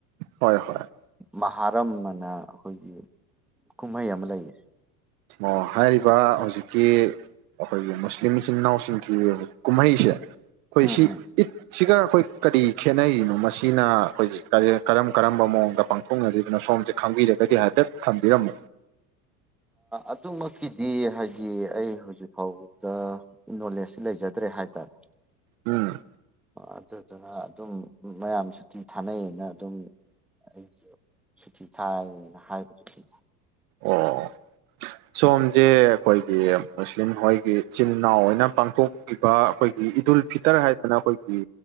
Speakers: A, on the right; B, in the centre.
A: ꯍꯣꯏ ꯍꯣꯏ
B: ꯃꯍꯥꯔꯝ ꯑꯅ ꯑꯩꯈꯣꯏꯒꯤ ꯀꯨꯝꯍꯩ ꯑꯃ ꯂꯩꯌꯦ
A: ꯑꯣ ꯍꯥꯏꯔꯤꯕ ꯍꯧꯖꯤꯛꯀꯤ ꯑꯩꯈꯣꯏꯒꯤ ꯃꯨꯁꯂꯤꯝ ꯏꯆꯤꯟ ꯏꯅꯥꯎꯁꯤꯡꯒꯤ ꯀꯨꯝꯍꯩꯁꯦ ꯑꯩꯈꯣꯏ
B: ꯎꯝ
A: ꯁꯤ
B: ꯎꯝ
A: ꯏꯠꯁꯤꯒ ꯑꯩꯈꯣꯏ ꯀꯔꯤ ꯈꯦꯠꯅꯔꯤꯅꯣ ꯃꯁꯤꯅ ꯑꯩꯈꯣꯏꯒꯤ ꯀꯔꯤ ꯀꯔꯝ ꯀꯔꯝꯕ ꯃꯑꯣꯡꯗ ꯄꯥꯡ ꯊꯣꯛꯅꯔꯤꯕꯅꯣ ꯁꯣꯝꯁꯦ ꯈꯪꯕꯤꯔꯒꯗꯤ ꯍꯥꯏꯐꯦꯠ ꯊꯝꯕꯤꯔꯝꯃꯣ
B: ꯑꯗꯨꯃꯛꯀꯤꯗꯤ ꯍꯥꯏꯗꯤ ꯑꯩ ꯍꯧꯖꯤꯛ ꯐꯥꯎꯕꯗ ꯅꯣꯂꯦꯖꯇꯤ ꯂꯩꯖꯗ꯭ꯔꯦ ꯍꯥꯏꯇꯥꯔꯦ
A: ꯎꯝ
B: ꯑꯗꯨꯗꯨꯅ ꯑꯗꯨꯝ ꯃꯌꯥꯝ ꯁꯨꯇꯤ ꯊꯥꯅꯩ ꯑꯅ ꯑꯗꯨꯝ ꯑꯩꯁꯨ ꯁꯨꯇꯤ ꯊꯥꯔꯦꯅ ꯍꯥꯏꯅꯕꯅꯦ ꯑꯩꯗꯤ
A: ꯑꯣ ꯁꯣꯝꯁꯦ ꯑꯩꯈꯣꯏꯒꯤ ꯃꯨꯁꯂꯤꯝ ꯍꯣꯏꯒꯤ ꯏꯆꯤꯟ ꯏꯅꯥꯎ ꯑꯣꯏꯅ ꯄꯥꯡꯊꯣꯛ ꯏꯕ ꯑꯩꯈꯣꯏꯒꯤ ꯏꯗꯨꯜ ꯐꯤꯇꯔ ꯍꯥꯏꯗꯅ ꯑꯩꯈꯣꯏꯒꯤ